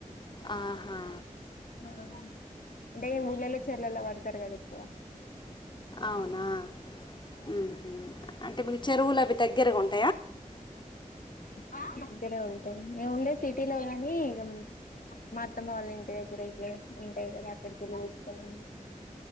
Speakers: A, on the left; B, on the left.
A: ఆహా
B: ఆహ్ అంటే ఊళ్ళెలో చల్లల్లో పడతారు కదా ఎక్కువ
A: అవునా ఉమ్ అంటే మీకు చెరువులు అవి దగ్గరగా ఉంట
B: ఆహ్ దగ్గరే ఉంటా మేముండే సిటీలో గానీ ఇక మ అత్తమ వాళ్ళ ఇంటి దగ్గర ఇప్పుడ ఉంటాయి కదా అక్కడికి వెళ్ళి తెచ్చుకోవడం